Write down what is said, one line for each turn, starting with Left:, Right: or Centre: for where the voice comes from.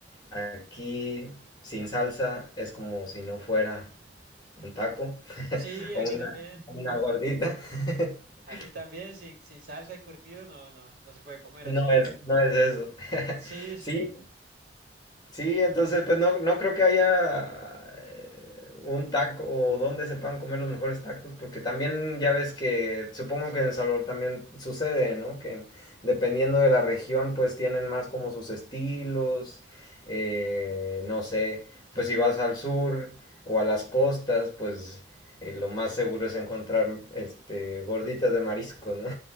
Left: Aquí sin salsa es como si no fuera un taco
Right: Sí,
Left: o
Right: aquí
Left: una,
Right: también.
Left: o una gordita. <laughs>
Right: Aquí también, sin, sin salsa y curtido, no, no, no se puede comer
Left: No
Right: así.
Left: es, no es eso. <laughs>
Right: Sí, sí,
Left: Sí, Sí, entonces pues no, no creo que haya eh, un taco o donde se puedan comer los mejores tacos, porque también ya ves que supongo que en El Salvador también sucede, ¿no? Que en- dependiendo de la región pues tienen más como sus estilos, eh, no sé, pues si vas al sur o a las costas pues eh, lo más seguro es encontrar este gorditas de marisco, ¿no?